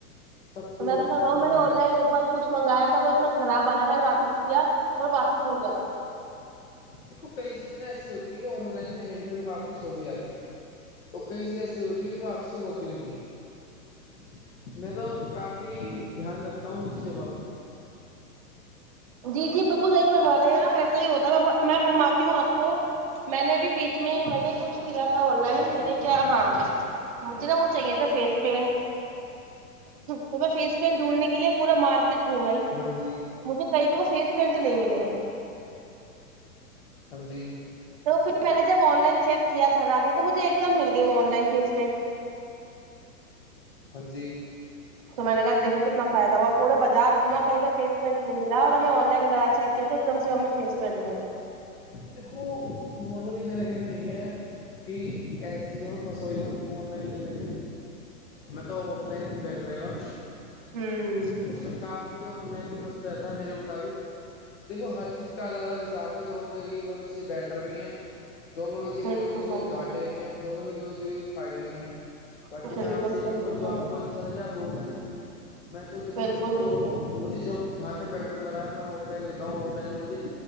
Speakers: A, on the left; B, on the right.
A: سب کو
B: میں رہا
A: سب کچھ
B: میں
A: نہیں
B: نے
A: ملتا
B: آن لائن ایک بار کچھ منگایا تھا وہ اتنا خراب آیا میں نے واپس کیا اور واپس ہو گیا تھا
A: دیکو کئی چیزیں نہ ایسی ہوتی ہیں جو آن لائن میں ہینڈ ٹو ہینڈ واپس ہو بھی جاتی ہیں اور کئی چیزیں ایسی ت واپسی ہوتی بھی نہیں ہے میں تو کافی دھیان رکھتا ہوں ان چیزوں کا
B: جی جی بالکل نہیں فرما رہے ہیں آپ ایسا ہی ہوتا ہے میں فرماتی ہوں آپ کو میں نے ابھی پیچ میں ہی میں نے کچھ لیا تھا آن لائن میں نے کیا ہاں مجھے نا وہ چاہیے تھا فیس پینٹ تو میں فیس پینٹ ڈھونڈنے کے لیے پورا مارکیٹ گھمائی
A: ہاں جی
B: کہیں پہ وہ فیس پینٹ نہیں ملے
A: ہاں جی
B: تو پھر میں نے جب آن لائن چیک کیا گھر آ کر تو مجھے ایک دم مل گئی وہ آن لائن فیس پینٹ
A: ہاں جی
B: تو میں نے کہا دیکھو کتنا فائدہ ہوا پورا بازار گھما کہیں پہ فیس کر نہیں ملا اور ہمیں آن لائن گا چیک کیا تو ایک دم سے ہمیں فیس پینٹ مل گیا
A: دیکھو نارملی میرا کہنا یہ ہے کہ ایسی چیزوں میں پسوئی مت آن لائن لے لے کے میںتا آف لائن بیٹ رہے گا
B: ہوں
A: ب کافی چیزیں آن لائن بھی مست رہتا ہے میرے مطابق دیکو ہر چیز کا الگ الگ حساب ہے دونوں جگہ دونوں چیزیں بیٹر بھی ہیں دونوں ہی جگہ
B: بالکل
A: دونوں جگہ
B: بالکل
A: گھاٹے بھی ہیں دونوں ہی دونوں جگہ فائدے بھی ہیں باقی
B: بالکل
A: میں آپ سے یہ
B: صحیح
A: کہوں گا
B: فرما
A: جو آپ
B: رہے
A: کو
B: ہیں
A: اچھا لگے آپ وہ کریں میں تو دھو
B: بالکل
A: مجھے تو
B: بالکل
A: مجھے جہاں تک بیٹر لگایا میں آف لائن لیتا ہوں آف لائن میں مجھے